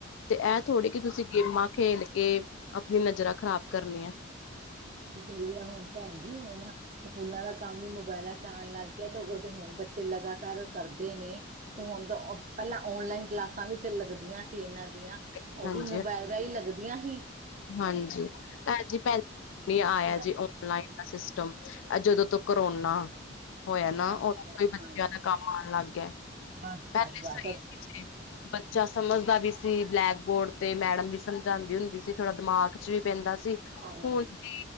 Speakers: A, on the left (about 75°); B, on the right (about 40°).
A: ਤੇ ਇਹ ਥੋੜ੍ਹੀ ਕਿ ਤੁਸੀਂ ਗੇਮਾਂ ਖੇਲ ਕੇ, ਆਪਣੀ ਨਜ਼ਰਾਂ ਖ਼ਰਾਬ ਕਰਨੀੀਆਂ।
B: ਤੇ ਆ ਹੁਣ ਤਾਂ ਹੈ ਜ ਹੁਣ <unintelligible> ਸਕੂਲਾ ਦਾ ਕੰਮ ਵੀ ਮੋਬਾਇਲਾਂ ਚ ਆਉਣ ਲੱਗ ਗਿਆ ਤੇ ਉਦੋਂ ਹੁਣ ਬੱਚੇ ਲਗਾਤਾਰ ਕਰਦੇ ਨੇ। ਹੁਣ ਤਾਂ ਪਹਿਲਾਂ, ਔਨਲਾਈਨ ਕਲਾਸਾਂ ਵੀ ਚ ਲੱਗਦੀਆਂ। ਇਹਨਾਂ ਦੀਆਂ,
A: ਹਾਂਜੀ
B: ਉਹ ਵੀ ਮੋਬਾਇਲਾਂ ਹੀ ਲੱਗਦੀਆਂ ਹੀ।
A: ਹਾਂਜੀ, <unintelligible> ਭ ਜੀੈ ਆਇਆ
B: ਹਾਂਜੀ
A: ਜੀ ਓਫਲਾਈਨ। ਸਿਸਟਮ, ਆ ਜਦੋਂ ਤੋਂ ਕਰੋਨਾ ਹੋਇਆ ਨਾ,
B: ਹਾਂਜੀ
A: ਉਦੋਂ
B: ਹਾਂਜੀ
A: ਈ ਬੱਚਿਆਂ ਦਾ ਕੰਮ ਆਉਣ ਲੱਗ ਗਿਆ,
B: ਬਸ
A: ਪਹਿਲੇ
B: ਬਸ ਬਸ
A: ਸਹੀ ਸੀ। ਬੱਚਾ ਸਮਝਦਾ ਵੀ ਸੀ, ਬਲੈਕ ਬੋਰਡ ਤੇ, ਮੈਡਮ ਵੀ ਸਮਝਾਉਂਦੀ ਹੁੰਦੀ ਸੀ। ਥੋੜਾ ਦਿਮਾਗ ਚ ਵੀ ਪੈਂਦਾ ਸੀ,
B: ਹਾਂਜੀ
A: ਹੁਣ ਵੀ